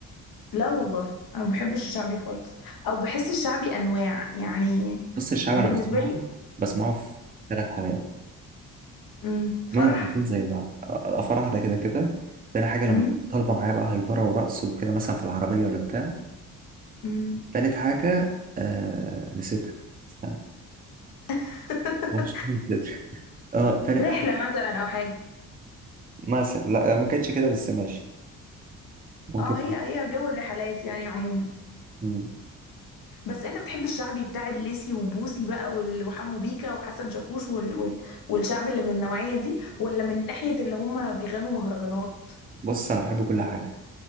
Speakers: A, on the left (about 65°); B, on the right (about 25°).
A: لا والله انا ما بحبش الشعبي خالص او بحس الشعبي انواع يعني
B: نص الشعب انا
A: بالنسبة
B: بسمعه
A: لي
B: بسمعه في ثلاث حلقات
A: مم. فرح
B: منهم حلقتين زي بعض الافراح واحده كده كده تاني حاجه لما
A: مم.
B: طالبه معايا بقى هايبره ورقص وكده مثلا في العربيه ولا بتاع
A: مم.
B: تالت حاجه آه نسيتها استنى
A: <laughs>
B: مش <laughs> نسيتها اه تالت
A: رحلة
B: حاجه
A: مثلا او حاجة
B: مثلا لا ما كانتش كده بس ماشي ممكن
A: اه هي هي جو الرحلات يعني عموما
B: مم.
A: بس انت بتحب الشعبي بتاع الليسي وبوسي بقى وال- وحمو بيكا وحسن شاكوش وال... وال... والشعب اللي من النوعية دي ولا من ناحية اللي هم بيغنوا مهرجانات
B: بص انا بحب كل حاجه